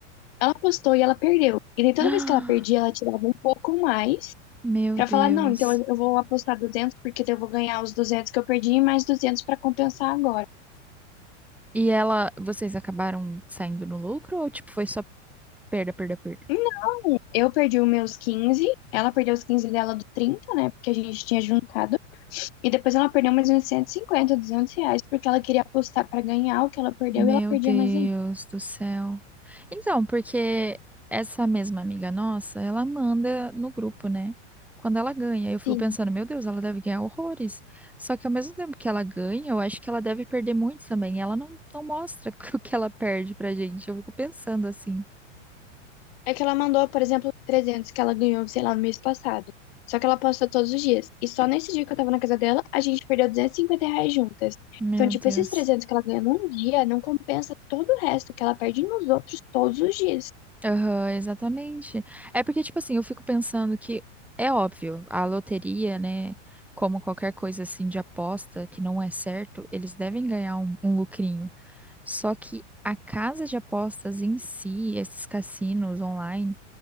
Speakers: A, on the left; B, in the centre.
A: Ela apostou e ela perdeu. E daí toda
B: Ah,
A: vez que ela perdia, ela tirava um pouco mais
B: Meu
A: pra
B: Deus.
A: falar, não, então eu vou apostar 200 porque daí eu vou ganhar os 200 que eu perdi e mais 200 pra compensar agora.
B: E ela, vocês acabaram saindo no lucro ou tipo foi só perda, perda, perda?
A: Não, eu perdi os meus quinze ela perdeu os 15 dela do trinta né? Porque a gente tinha juntado. E depois ela perdeu mais uns 150, 200 reais, porque ela queria apostar pra ganhar o que ela perdeu
B: Meu
A: e ela perdia
B: Deus
A: mais ainda.
B: do céu. Então, porque essa mesma amiga nossa, ela manda no grupo, né? Quando ela ganha, eu fico
A: Sim.
B: pensando, meu Deus, ela deve ganhar horrores. Só que ao mesmo tempo que ela ganha, eu acho que ela deve perder muito também. Ela não, não mostra <laughs> o que ela perde pra gente. Eu fico pensando assim,
A: É que ela mandou, por exemplo, 300 que ela ganhou, sei lá, no mês passado. Só que ela aposta todos os dias. E só nesse dia que eu tava na casa dela, a gente perdeu 250 reais juntas.
B: meu
A: Então, tipo,
B: Deus.
A: esses 300 que ela ganha num dia não compensa todo o resto que ela perde nos outros todos os dias.
B: Aham, exatamente. É porque, tipo assim, eu fico pensando que é óbvio, a loteria, né? Como qualquer coisa assim de aposta que não é certo, eles devem ganhar um, um lucrinho. Só que a casa de apostas em si, esses cassinos online,